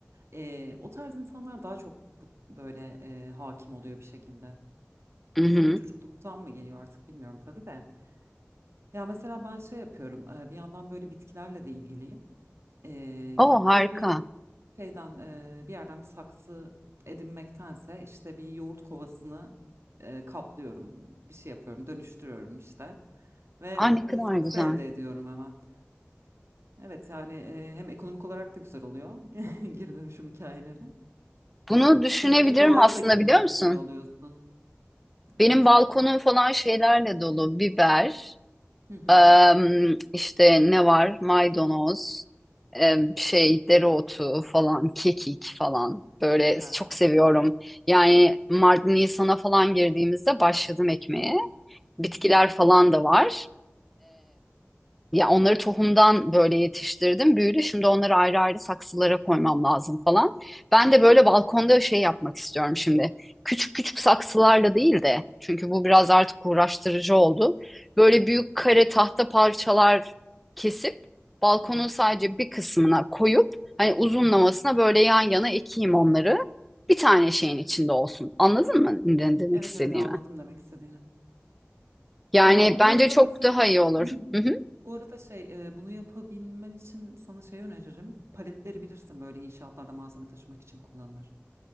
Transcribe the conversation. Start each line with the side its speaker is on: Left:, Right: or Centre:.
Right: E, o tarz insanlar daha çok bu- böyle e, hakim oluyor bir şekilde.
Centre: Hı hı.
Right: Çocukluktan mı geliyor artık bilmiyorum tabii de. Ya mesela ben şey yapıyorum e, bir yandan böyle bitkilerle de ilgiliyim. E,
Centre: O
Right: gidip
Centre: harika.
Right: böyle bir Şeyden eee, bir yerden bir saksı edinmektense işte bir yoğurt kovasını eee, kaplıyorum. Bir şey yapıyorum, dönüştürüyorum işte. Ve
Centre: Aa, ne
Right: bir
Centre: kadar
Right: saksı
Centre: güzel.
Right: elde ediyorum hemen. Evet yani eee, hem ekonomik olarak da güzel oluyor <laughs> geri dönüşüm hikayeleri.
Centre: Bunu düşünebilirim
Right: Hem de doğayı
Centre: aslında
Right: da kirletmiyor
Centre: biliyor musun?
Right: oluyorsun.
Centre: Benim
Right: Evet.
Centre: balkonum falan şeylerle dolu. Biber,
Right: Hı hı.
Centre: Em, işte ne var? Maydanoz, em, şey dereotu falan, kekik falan. Böyle
Right: Süpersin.
Centre: çok seviyorum. Yani Mart Nisan'a falan girdiğimizde başladım ekmeğe. Bitkiler
Right: Hı hı.
Centre: falan da var. Ya onları tohumdan böyle yetiştirdim, büyüdü. Şimdi onları ayrı ayrı saksılara koymam lazım falan. Ben
Right: Hı hı.
Centre: de böyle balkonda şey yapmak istiyorum şimdi. Küçük küçük saksılarla değil de çünkü bu biraz artık uğraştırıcı oldu. Böyle büyük kare tahta parçalar kesip balkonun
Right: Evet.
Centre: sadece bir kısmına koyup hani uzunlamasına
Right: Hı hı.
Centre: böyle yan yana ekeyim onları. Bir tane şeyin
Right: Evet.
Centre: içinde olsun. Anladın mı ne demek
Right: Evet
Centre: istediğimi?
Right: evet anladım demek istediğini.
Centre: Yani
Right: Ya bu
Centre: bence
Right: arada
Centre: çok
Right: mesela
Centre: daha iyi olur.
Right: <clears throat>
Centre: Hı hı.
Right: bu arada şey e, bunu yapabilmen için sana şey öneririm. Paletleri bilirsin böyle inşaatlarda malzeme taşımak için kullanılır.